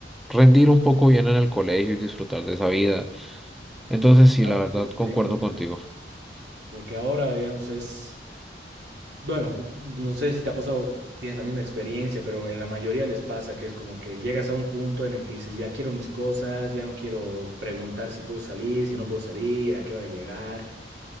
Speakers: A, in the centre; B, on the right (about 80°).
A: rendir un poco bien en el colegio y disfrutar de esa vida. Entonces, sí,
B: Ay,
A: la verdad,
B: ¿por
A: concuerdo
B: qué?
A: contigo.
B: Porque ahora, digamos, es, bueno, no sé si te ha pasado, tienes la misma experiencia, pero en la mayoría les pasa que es como que llegas a un punto en el que dices, ya quiero mis cosas, ya no quiero preguntar si puedo salir, si no puedo salir, a qué hora llegar.